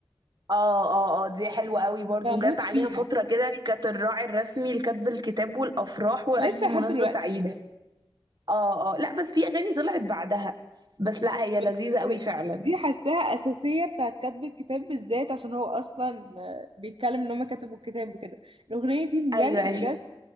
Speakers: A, on the right (about 50°); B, on the right (about 80°).
A: اه اه اه دي حلوة قوي برضو
B: بموت
A: جت عليها
B: فيها
A: فترة كده كانت الراعي الرسمي لكتب الكتاب والأفراح وأي
B: لسه
A: مناسبة
B: لحد دلوقتي
A: سعيدة اه اه لا بس في اغاني طلعت بعدها بس لا هي
B: بس
A: لذيذة قوي فعلا
B: دي حاساها اساسية بتاعت كتب الكتاب بالذات عشان هو اصلا آه، بيتكلم ان هما كتبوا الكتاب وكده الاغنية دي بجد
A: ايوه ايوه
B: بجد